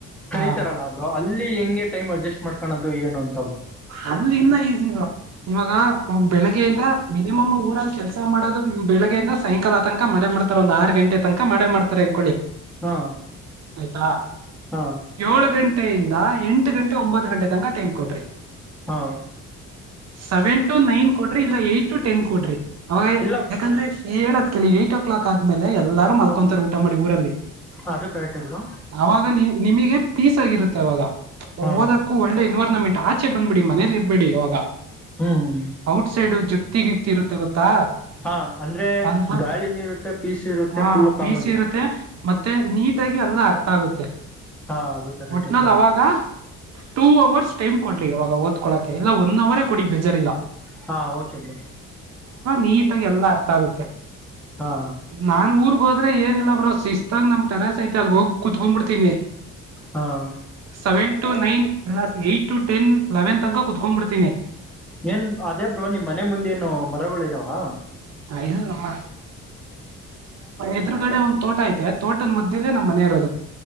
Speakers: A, in the centre; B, on the right.
A: ಕರಿತಾರಲ್ಲ
B: ಹ
A: ಅಬ್್ರರು ಅಲ್ಲಿ ಹೆಂಗೆ ಟೈಮ್ ಅಡ್ಜಸ್ಟ್ ಮಾಡ್ಕೋೋದು ಏನುಂತ
B: ಅಲ್ಲಿ ಇನ್ನ ಈಸಿ ಇದ್ವಾ ಇ ಬೆಳಗ್ಗೆಯಿಂದ ಮಿನಿಮಮ್ ಊರಲ್ಲಿ ಕೆಲಸ ಮಾಡೋದು ಬೆಳಗ್ಗೆಯಿಂದ ಸಾಯಂಕಾಲದ ಆತಂಕ ಮಳೆ ಮಾಡ್ತ ಒಂದ್ ಆರು ಗಂಟೆ ತನಕ ಮಾಡ್ತಾರೆ ಅನ್ಕೊಳ್ಳಿ
A: ಹಾ
B: ಆಯ್ತಾ
A: ಹಾ
B: ಏಳ ಗಂಟೆಯಿಂದ ಎಂಟು ಗಂಟೆ ಒಂಬತ್ತು ಗಂಟೆ ತನಕ ಟೈಮ್ ಕೊಡ್ರಿ
A: ಹಾ
B: ಸೆವೆನ್ ಟು ನೈನ್ ಕೊಡ್ರಿ ಇಲ್ಲ ಏಟ್ ಟು ಟೆನ್ ಕೊಡ್ರಿ ಅವ
A: ಇಲ್ಲ
B: ಯಾಕಂದ್ರೆ ಹೇಳತ್ ಕೆಲ್ಲಿ ಏಟ್ ಓ ಕ್ಲಾಕ್ ಆದ್ಮೇಲೆ ಎಲ್ಲಾರರು ಮಲ್ಕೊಂತತಾರ ಊಟ ಮಾಡಿ ಊರಲ್ಲಿ
A: ಅದು ಕರೆಕ್ಟ್ಗರು
B: ಅವಾಗ ನಿ ನಿಮಗೆ ಪೀಸ್ ಆಗಿರುತ್ತೆ ಅವಾಗ
A: ಹಾ
B: ಓದಕ್ಕೂ ಒಳ್ಳೆ ಎನ್ವೈರಮೆಂಟ್ ಆ ಇಚೆ ಬಂದ್ಬಿಡಿ ಮನೇಲಿ ಇರ್ಬೇಡಿ ಅವಾಗ
A: ಹ್ಮ್
B: ಔಟ್ಸೈಡ್ ಜೊತ್ತಗಿತಿ ಇರುತ್ತೆ ಗೊತ್ತಾ
A: ಹಾ ಅಂದ್ರೆ
B: ಅಲ್ಬ
A: ಗಾಳಿಿನಿ ಇರುತ್ತೆ ಪೀಸ್ ಇರುತ್ತೆ
B: ಹಾ
A: ಫುಲ್ಲು ಕಾಮಗರುತ್ತೆ
B: ಪೀಸ್ ಇರುತ್ತೆ ಮತ್ತೆ ನೀಟಾಗಿ ಎಲ್ಲ ಅರ್ಥ ಆಗುತ್ತೆ
A: ಹಾ ಅದು ಕರೆಕ್ಟ್
B: ಒಟ್ಟಿನಲ್ಲಿ
A: ಇದೆ
B: ಅವಾಗ ಟೂ ಅವರ್ಸ್ ಟೈಮ್ ಕೊಡ್ಲಿ ಅವವಾಗ ಓದ್ಕೊಳಕೆ ಇಲ್ಲ ಒನ್ ಅವರೇ ಕೊಡಿ ಬೇಜಾರ್ಿಲ್ಲಲ್ಲ
A: ಹಾ ಓಕೆ ಬೋ
B: ನೀಟಾಗಿ ಎಲ್ಲ ಅರ್ಥ ಆಗುತ್ತೆ
A: ಹಾ
B: ನಾ ಹೋದ್ರ ಏನಿಲ್ಲ ಬ್ರೋ ಶಿಸ್ಾಗ ನ ಟರಸ್ ಐತೆ ಅಲ್ಲಿ ಹೋಗಿ ಕುತ್ಕೊಂಡ್ಬಿಡ್ತೀನಿ
A: ಹಾ
B: ಸೆವೆನ್ ಟು ನೈನ್ ಎಲಾಸ್ ಏಟ್ ಟು ಟೆನ್ ಲೆವೆನ್ ತನ ಕ ಕುತ್ಕೊಂಡ್ ಬಿಡ್ತೀನಿ
A: ಏನ್ ಅದೇ ಬ್ರೋ ನಿಮ್ ಮನೆ ಮುಂದೇಏನು ಮರಗಳಗಳು ಇದ್ದಾವ
B: ಹ ಇದು ನಮ್ಮ ಎ್ರಗಡೆ ಒಂದು್ ತೋಟ ಐತೆ ತೋಟದ ಮದ್ದೇ ನಮ್ಮ್ನೆ ಇರೋದು